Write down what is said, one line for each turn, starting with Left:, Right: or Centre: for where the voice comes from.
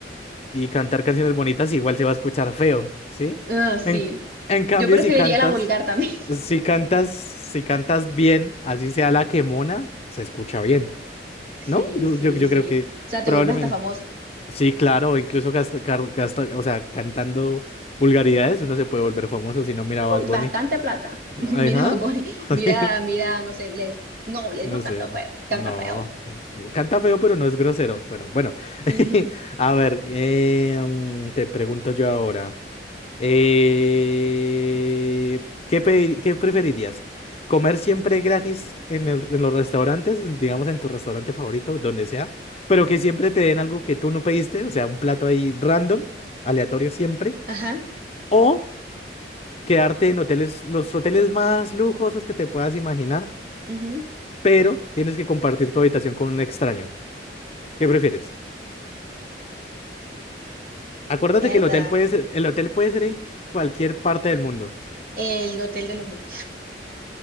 Left: y cantar canciones bonitas igual se va a escuchar feo, ¿sí?
Right: Ah, sí.
Left: En, en cambio,
Right: Yo preferiría
Left: si cantas,
Right: la vulgar también. <laughs>
Left: si cantas, si cantas bien, así sea la que mona, se escucha bien,
Right: Sí,
Left: ¿no? Yo,
Right: sí,
Left: yo, yo
Right: sí.
Left: creo que
Right: O sea, te
Left: probablemente,
Right: vuelves hasta famoso.
Left: sí, claro, incluso gasta- car- gasta- o sea, cantando vulgaridades uno se puede volver famoso si no mira a Bad Bunny.
Right: bastante plata. <laughs>
Left: Ajá.
Right: Mira, Bad Bunny.
Left: <laughs>
Right: Mira,
Left: Sí.
Right: mira, no sé, Bless. No, Bless
Left: No
Right: no canta
Left: sé, ah,
Right: feo, canta
Left: no,
Right: feo.
Left: canta feo, pero no es grosero, pero bueno, <laughs>
Right: Ujú.
Left: a ver, em, te pregunto yo ahora. Eh, ¿qué pedi- qué preferirías? ¿Comer siempre gratis en el- en los restaurantes, en- digamos en tu restaurante favorito, donde sea, pero que siempre te den algo que tú no pediste, o sea, un plato ahí random, aleatorio siempre,
Right: Ajá.
Left: o quedarte en hoteles, los hoteles más lujosos que te puedas imaginar,
Right: ujú.
Left: pero tienes que compartir tu habitación con un extraño? ¿Qué prefieres? Acuérdate
Right: Mierda.
Left: que el hotel puede ser, el hotel puede ser en cualquier parte del mundo.
Right: El hotel de lujo.